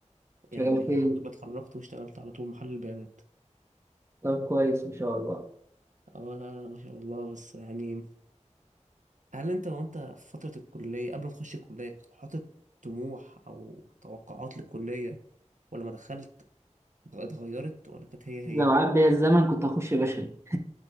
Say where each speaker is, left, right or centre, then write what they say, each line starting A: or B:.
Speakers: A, on the right (about 20°); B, on the right (about 85°).
A: شغال
B: يعني الحمد
A: فين؟
B: لله اتخرجت واشتغلت على طول محلل بيانات
A: طب كويس إن شاء الله
B: اه لا لا ما شاء الله بس يعني هل أنت وأنت في فترة الكلية قبل ما تخش الكلية كنت حاطط طموح أو توقعات للكلية ولما دخلت اتغيرت ولا كانت هي هي؟
A: لو عاد بيا الزمن كنت هخش بشري